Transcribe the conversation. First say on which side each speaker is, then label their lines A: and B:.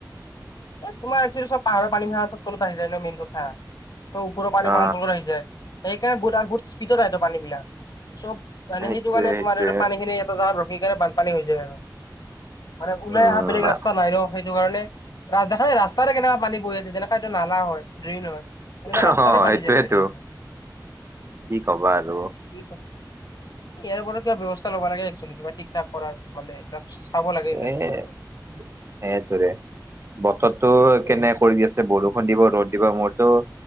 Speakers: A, on the left; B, on the right.
A: এ তোমাৰ <unintelligible> ব পাহাৰৰ পানীবিলাক চব তলত আহি যায় ন মেইন কথা, ত ওপৰৰ পানী
B: অ
A: মানে তলত আহি যায়। সেইকাৰণে বহুত <unintelligible> স্পীডত আহেটো পানীবিলাক, চব মানে
B: সেইটোৱে
A: সেইটো কাৰণে
B: সেইটোৱে
A: তোমাৰ আৰু পানীখিনি ত তাত ৰখি কাৰণে বানপানী হৈ যায় আৰু মানে ওলাই
B: উম
A: অহা বেলেগ ৰাস্তা নাই ন সেইটো কাৰণে আ দেখাই দে ৰাস্তাৰে কেনেকুৱা পানী পৰি আছে, যেনেকুৱা এইটো নালা হয় ড্ৰেইন হয় এনেকুৱা
B: অ
A: ৰাস্তাতে পানী
B: সেইটোৱেতো
A: যায় আছে দেখোন।
B: কি কবা আৰু
A: কি ক, ইয়াৰ ওপৰত কিবা ব্যৱস্থা ল'বা লাগে একচুৱেলি কিবা ঠিক ঠাক কৰাৰ মানে এইবিলাক চাব লাগে এইবিলাক
B: এ
A: বস্তুবোৰ।
B: সেইটোৰে বতৰটো কেনে
A: উম,
B: কৰি দি আছে বৰ ষূণ দিব, ৰ'দ দিব, মোৰতো